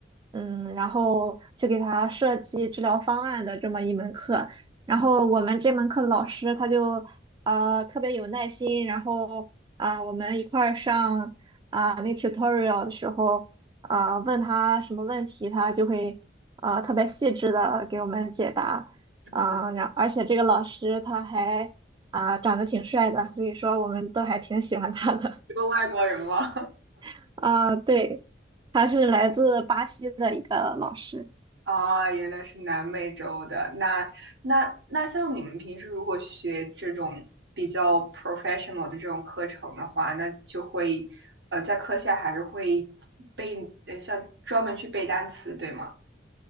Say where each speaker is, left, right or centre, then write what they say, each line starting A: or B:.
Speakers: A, on the right (about 25°); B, on the right (about 80°).
A: 嗯，然后去给他设计治疗方案的这么一门课，呃我们这门课的老师他就呃特别有耐心，然后啊、呃我们一块儿上啊、呃那 tutorial 的时候啊、呃问他什么问题，他就会呃特别细致的给我们解答啊、
B: 哼，
A: 然而且这个老师他还啊、长得挺帅的，所以说我们都还挺喜欢他的
B: 一个外国人吗？<laughs>
A: <laughs> 啊、对，他是来自巴西的一个老师。
B: 啊，原来是南美洲的。那那那像你们平时如果学这种比较 professional 的这种课程的话，那就会呃在课下还是会背呃像专门去背单词，对吗？